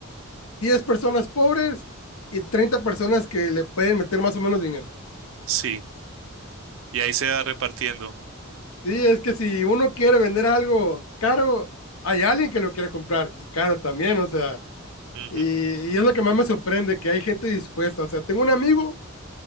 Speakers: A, on the left; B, on the right.
A: 10 personas pobres y 30 personas que le pueden meter más o menos dinero.
B: sí. Y ahí se va repartiendo.
A: Sí, es que si uno quiere vender algo caro, hay alguien que lo quiere comprar y caro también, o sea,
B: Ujú.
A: y, y es lo que más me sorprende, que hay gente dispuesta. O sea, tengo un amigo